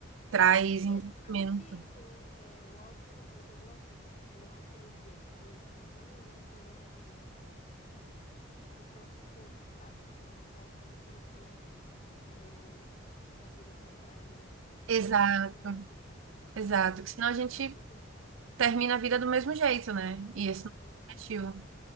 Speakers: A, on the right; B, on the left.
A: traz
B: E
A: entendimento.
B: é justamente isso, né? É, o autoconhecimento. Eu gosto disso, de me autoconhecer, porque se a gente não, não conhece os nossos pontos fracos e pontos fortes, a gente não tem assim meio uma direção para ir, né? É
A: Exato,
B: bom a gente se conhecer.
A: exato.
B: É,
A: Que senão a
B: é,
A: gente
B: autoconhe-
A: termina a vida do mesmo jeito, né? E esse
B: Aham,
A: não é o objetivo.